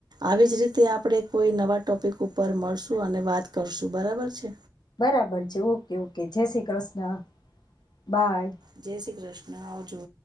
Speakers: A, on the right; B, on the left.
A: આવીજ રીતે આપડે કોઈ નવા ટોપિક ઉપર મળશું અને વાત કરશું બરાબર છે.
B: બરાબર છે ઓકે ઓકે જય શ્રી કૃષ્ણ બાય.
A: જય શ્રી કૃષ્ણ આવજો.